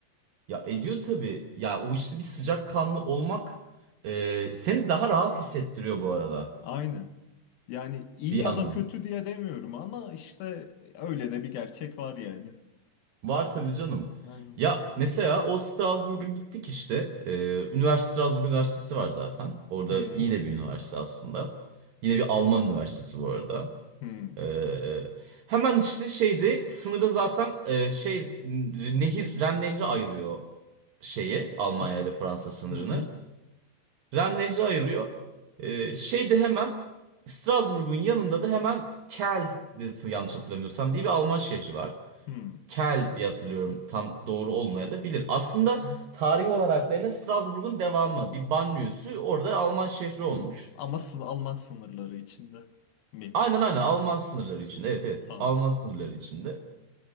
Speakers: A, on the right (about 65°); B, on the left (about 70°).
A: Ya ediyor tabii. Ya o işte bir sıcakkanlı olmak e, seni daha rahat hissettiriyor bu arada.
B: Aynen. Yani iyi
A: Bir
B: ya
A: yandan.
B: da kötü diye demiyorum ama işte öyle de bir gerçek var yani.
A: Var tabii canım.
B: Aynen.
A: Ya mesela o Strasbourg'a gittik işte. E, Üniversite Strasbourg Üniversitesi var zaten. Orada
B: Hı
A: iyi de bir üniversite aslında. Yine bir Alman üniversitesi bu arada.
B: hı.
A: Ee, hemen işte şeyde sınırı zaten e, şey nehir Ren Nehri ayırıyor şeyi Almanya
B: İk-
A: ile Fransa sınırını.
B: hı hı
A: Ren Nehri ayırıyor. Ee, şeyde hemen Strasbourg'un yanında da hemen Kel de yanlış hatırlamıyorsam diye bir Alman şehri var.
B: hı
A: Kel diye hatırlıyorum tam doğru olmaya da bilir. Aslında
B: hı hı.
A: tarih olarak da yine Strasbourg'un devamı bir banliyösü orada Alman şehri olmuş.
B: hı. Ama sın- Alman sınırları içinde mi?
A: Aynen aynen Alman
B: Ha,
A: sınırları içinde evet evet
B: tamam.
A: Alman sınırları içinde.